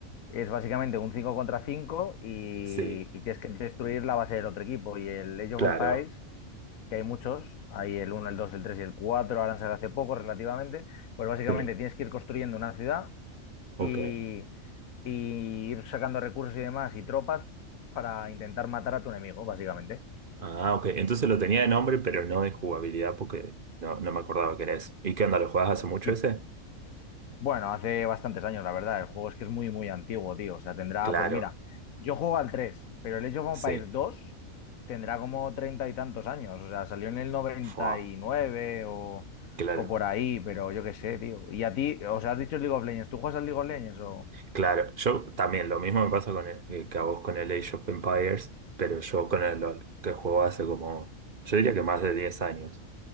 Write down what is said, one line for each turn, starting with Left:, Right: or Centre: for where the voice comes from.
Left: es básicamente un 5 contra 5 y...
Right: sí,
Left: y tienes que destruir la base del otro equipo. Y el Age of
Right: claro,
Left: Empires que hay muchos, hay el uno el dos el 3 y el cuatro ahora han salido hace poco relativamente, pues básicamente
Right: sí,
Left: tienes que ir construyendo una ciudad
Right: ok.
Left: y, y ir sacando recursos y demás y tropas para intentar matar a tu enemigo, básicamente.
Right: Ah, ok. Entonces lo tenía de nombre, pero no de jugabilidad porque no, no me acordaba que era eso. ¿Y qué onda? ¿Lo jugabas hace mucho
Left: Y
Right: ese?
Left: Bueno, hace bastantes años, la verdad. El juego es que es muy, muy antiguo, tío. O sea, tendrá,
Right: Claro,
Left: pues mira, yo juego al 3, pero el Age of
Right: sí.
Left: Empires dos tendrá como treinta y tantos años. O sea, salió en el noventa
Right: Fua,
Left: y nueve o,
Right: claro.
Left: o por ahí, pero yo qué sé, tío. Y a ti, o sea, has dicho League of Legends. ¿Tú juegas al League of Legends o...?
Right: Claro, yo también, lo mismo me pasa con el- eh, que a vos con el Age of Empires, pero yo con el LOL, que juego hace como, yo diría que más de 10 años,